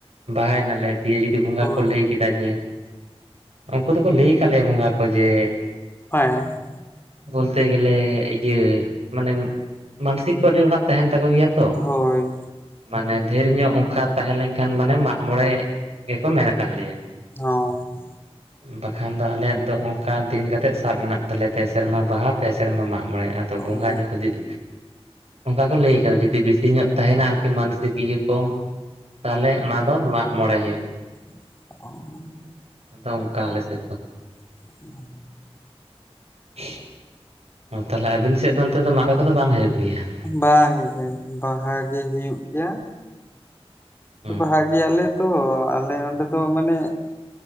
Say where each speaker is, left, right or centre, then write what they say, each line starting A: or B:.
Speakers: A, on the right (about 75°); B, on the left (about 20°).
A: ᱵᱟᱦᱟᱭ ᱱᱟᱞᱮ ᱫᱤᱭᱮ ᱡᱩᱫᱤ ᱵᱚᱸᱜᱟ
B: ᱦᱳᱭ
A: ᱠᱚ ᱞᱟᱹᱭ ᱠᱮᱫᱟ ᱡᱮ ᱩᱱᱠᱩ ᱫᱚᱠᱚ ᱞᱟᱹᱭ ᱟᱠᱟᱫ ᱞᱮᱭᱟ ᱵᱚᱸᱜᱟ ᱠᱚ ᱡᱮ
B: ᱚᱸ-ᱮᱸᱻ ᱾
A: ᱵᱚᱞᱛᱮ ᱜᱮᱹᱞᱮ ᱤᱭᱟᱹ ᱢᱟᱱᱮ ᱢᱟᱱᱥᱤᱠ ᱠᱚ ᱟᱹᱰᱤ ᱦᱚᱲᱟᱜ ᱛᱟᱦᱮᱸᱱ ᱛᱟᱠᱚ ᱜᱮᱭᱟ ᱾
B: ᱦᱳᱭ ᱾
A: ᱢᱟᱱᱮ ᱰᱷᱮᱨ ᱧᱚᱜ ᱚᱱᱠᱟ ᱛᱟᱦᱮᱸ ᱞᱮᱱᱠᱷᱟᱱ ᱢᱟᱱᱮ ᱢᱟᱜᱢᱚᱬᱮ ᱜᱮᱠᱚ ᱢᱮᱱ ᱠᱟᱜ ᱞᱮᱭᱟ ᱾
B: ᱦᱚᱸᱻ ᱾
A: ᱵᱟᱠᱷᱟᱱ ᱫᱚ ᱟᱞᱮᱭᱟᱜ ᱫᱚ ᱚᱱᱠᱟ ᱫᱤᱱ ᱠᱟᱛᱮᱫ ᱥᱟᱵ ᱢᱮᱱᱟᱜ ᱛᱟᱞᱮᱭᱟ ᱯᱮ ᱥᱮᱨᱢᱟ ᱵᱟᱦᱟ ᱯᱮ ᱥᱮᱨᱢᱟ ᱢᱟᱜ ᱢᱚᱬᱮᱜ ᱟᱫᱚ
B: ᱚᱸ
A: ᱵᱚᱸᱜᱟ ᱡᱚᱠᱷᱚᱜ ᱡᱷ ᱚᱱᱠᱟ ᱠᱚ ᱞᱟᱹᱭ ᱠᱟᱫᱟ ᱡᱩᱫᱤ ᱵᱮᱥᱤ ᱧᱚᱜ ᱛᱟᱦᱮᱸᱱᱟ ᱟᱨᱠᱤ ᱢᱟᱱᱚᱥᱤᱠ ᱤᱭᱟᱹ ᱠᱚ ᱛᱟᱞᱦᱮ ᱚᱱᱟ ᱫᱚ, ᱢᱟᱜ ᱢᱚᱬᱮ ᱦᱳᱭᱳᱜ ᱾
B: ᱤᱥ-ᱥ-ᱥ-ᱥ, ᱴᱷᱚ-ᱠᱟᱜ-ᱩᱸᱝ ᱾
A: ᱛᱚ, ᱚᱱᱠᱟ ᱟᱞᱮ ᱥᱮᱫ ᱫᱚ ᱾
B: ᱤᱥ-ᱥ-ᱥ-ᱴᱷᱚᱜ-ᱟᱢ-ᱤᱥ-ᱥ-ᱥ ᱾
A: ᱪᱷᱤᱻ ᱾ ᱚ ᱛᱟᱞᱦᱮ ᱟᱵᱤᱱ ᱥᱮᱫ ᱫᱚ ᱚᱱᱛᱮ ᱫᱚ ᱢᱟᱨᱮ ᱠᱚᱫᱚ ᱵᱟᱝ ᱦᱳᱭᱳᱜ ᱜᱮᱭᱟ ᱾
B: ᱵᱟᱝ ᱜᱮ, ᱵᱟᱦᱟ ᱜᱮ ᱦᱩᱭᱩᱜ ᱜᱮᱭᱟ ᱾
A: ᱦᱩᱸ
B: ᱵᱟᱦᱟᱜ ᱜᱮᱭᱟᱞᱮ ᱛᱚ ᱟᱞᱮ ᱚᱸᱰᱮ ᱫᱚ ᱢᱟᱱᱮ